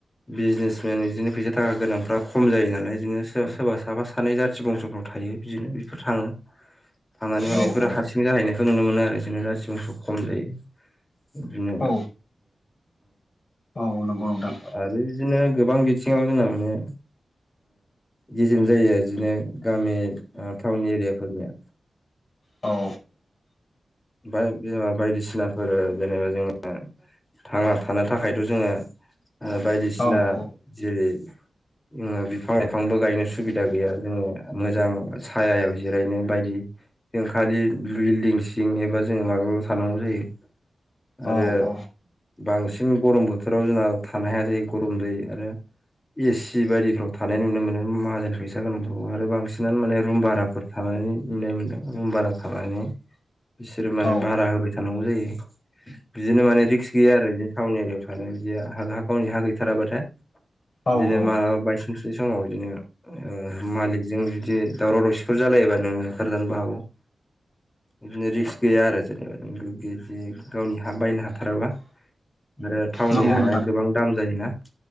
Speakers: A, on the left; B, on the left.
A: बिजनेसमेन बिदिनो फैसा थाखा गोनांफ्रा खम जायो नालाय बिदिनो सोरबा सोरबा साफा सानै जाथि बंस'फ्राव थायो। बिदिनो बेफोर थाङो खामानि माने
B: औ
A: बेफोरो
B: औ
A: हारसिं जाहैनायखौ नुनो मोनो आरो जोंनो रासि मसौ खम जायो बिदिनो
B: औ औ नंगौ नोंथां
A: आरो बिदिनो गोबां बिथिङाव जोंना माने गेजेम जायो बिदिनो गामि टाउन एरियाफोरनिया।
B: औ
A: बिदिनो बायदिसिनाफोर जेनेबा जोङो थाङा थानो थाखायथ' जोङो बायदिसिना
B: औ औ
A: जेरै जो बिफां लाइफांबो गायनो सुबिदा गैया जोङो मोजां सायायाव जिरायनो बायदि जों खालि बिल्डिं सिं एबा जोङो माबायावाव थानांगौ जायो
B: औ
A: आरो
B: औ
A: बांसिन गरम बोथोराव जोंना थानो हाया जायो गरम दै आरो एसि बायदिफ्राव थानाय नुनो मोनो माहाजोन फैसा गोनांफ्राव आरो बांसिनानो माने रुम भाराफोर नाय मोनदों रुम भारा खालामानानै बिसोरो माने
B: औ
A: भारा होबाय। थानांगौ जायो बिदिनो माने रिक्स गैया आरो बिनो टाउन एरियायाव थानाय बिदि ह ह गावनि हा गैथाराबाथाय
B: औ
A: बिदिनो
B: औ
A: माला सुंस्रि समाव बिदिनो मालिकजों जुदि दावराव दावसिफोर जालायोबा ननोङ होखारजानोबो हागौ। <inaudible> बिदिनो रिक्स गैया आरो जेनेबा नों गिदि गावनि हा बायनो हाथाराबा आरो टाउननि
B: नंगौ
A: हाया
B: नोंथां
A: गोबां दाम जायोना